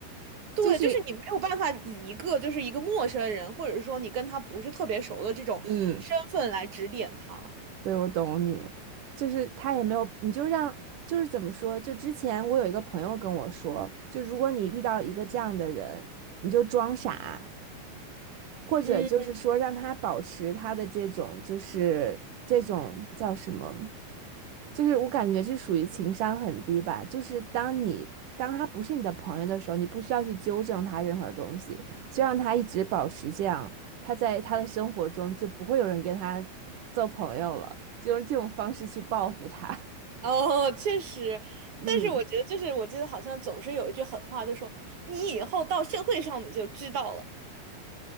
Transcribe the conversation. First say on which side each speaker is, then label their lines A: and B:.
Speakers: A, on the right; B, on the right.
A: 对，
B: 就是
A: 就是你没有办法以一个就是一个陌生人，或者说你跟他不是特别熟的这种身份来指点他。
B: 嗯，对，我懂你。就是他也没有，你就让就是怎么说？就之前我有一个朋友跟我说，就如果你遇到一个这样的人，你就装傻。或者就是说让他保持他的这种就是这种叫什么，
A: 嗯，
B: 就是我感觉这属于情商很低吧。就是当你当他不是你的朋友的时候，你不需要去纠正他任何东西，就让他一直保持这样，他在他的生活中就不会有人跟他做朋友了，就用这种方式去报复他。<laughs>
A: <laughs> 哦，确实，
B: 嗯，
A: 但是我觉得就是我记得好像总是有一句狠话，就说你以后到社会上你就知道了。